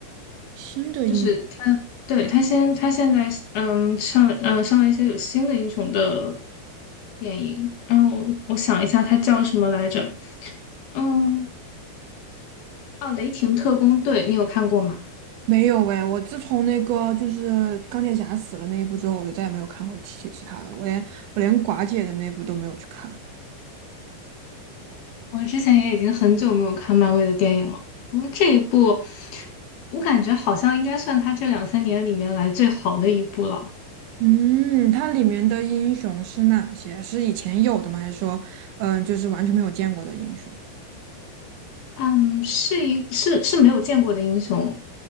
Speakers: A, on the right (about 85°); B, on the left (about 60°).
A: 新的影
B: 就是他对，他先，他现在，嗯，上，嗯上了一些有新的英雄的电影，然后我我想一下，它叫什么来着？嗯，哦，雷霆特工队，你有看过吗？
A: 没有哎，我自从那个就是钢铁侠死了那一部之后，我就再也没有看过其其他的了。我连我连寡姐的那部都没有去看。
B: 我之前也已经很久没有看漫威的电影了，不过这一部，我感觉好像应该算他这两三年里面来最好的一部了。
A: 嗯，它里面的英雄是哪些？是以前有的吗？还是说，嗯，就是完全没有见过的英雄？
B: 嗯，是一是是没有见过的英雄，